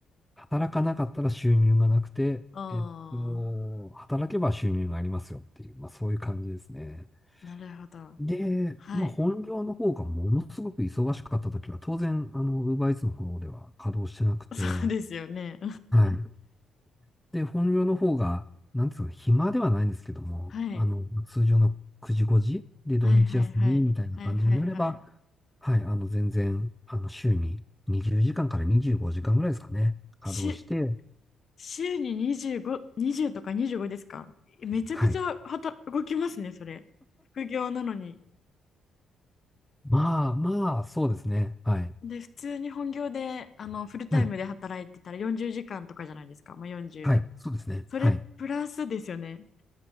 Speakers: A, in the centre; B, on the left.
A: 働かなかったら収入がなくて、
B: あ
A: えっと、働けば収入がありますよっていう、まあそういう感じですね。
B: あ、なるほど。
A: で、
B: はい。
A: まあ、本業の方がものすごく忙しかった時は、当然、あの、UberEats の方では稼働してなくて、
B: そうですよね。
A: はい。で、本業の方が、なんつうの、暇ではないんですけども、
B: <laughs> はい。
A: あの、通常の9時5時で土日休みみたいな感じになれば、
B: はいはいはいはいはいはい
A: はい、あの、全然、あの、週に20時間かんから25時間ぐらいですかね、稼働して、
B: し週に25、20とか25ですかえめちゃくちゃ働動きますねそれ副業なのに
A: はい。まあ、まあ、そうですね。はい。
B: で普通に本業であのフルタイムで働いてたら40時間とかじゃないですかもう4
A: はい。はい。そうですね。
B: それプラスですよね
A: はい。